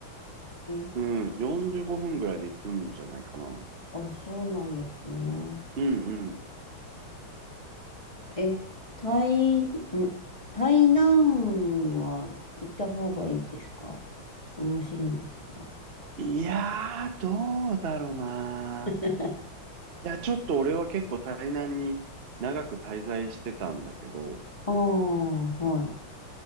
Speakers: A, on the left (about 20°); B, on the right (about 55°).
A: え。
B: うん。45分ぐらいで行くんじゃないかな。
A: あ、そうなんですね。
B: うんうん。
A: え、台、ん、台南は行った方がいいですか面白いんですか
B: いやー、どうだろうな。
A: <laughs>
B: いや、ちょっと俺は結構台南に長く滞在してたんだけど、
A: ああ、は